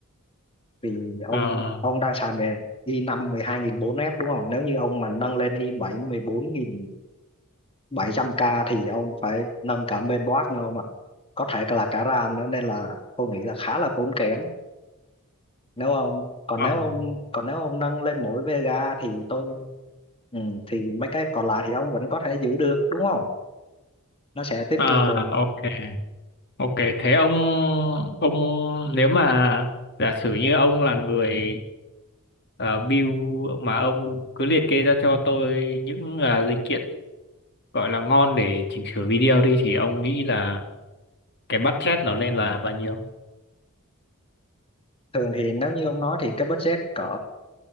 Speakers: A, on the left; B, on the left.
A: vì ông
B: À,
A: ông đang xài về i năm mười hai nghìn bốn f đúng không nếu như ông mà nâng lên i bảy mười bốn nghìn bảy trăm k thì ông phải nâng cả main board nữa ông ạ có thể là cả RAM nữa nên là tôi nghĩ là khá là tốn kém nếu ông còn
B: à,
A: nếu ông còn nếu ông nâng lên mỗi Vega thì tôi ừ, thì mấy cái còn lại thì ông vẫn có thể giữ được đúng không nó sẽ tiết
B: à,
A: kiệm được
B: ok ok thế ông ông nếu mà giả sử như ông là người ờ, build mà ông cứ liệt kê ra cho tôi những à, linh kiện gọi là ngon để chỉnh sửa video đi thì ông nghĩ là cái budget nó lên là bao nhiêu?
A: thường thì nếu như ông nói thì cái budget cỡ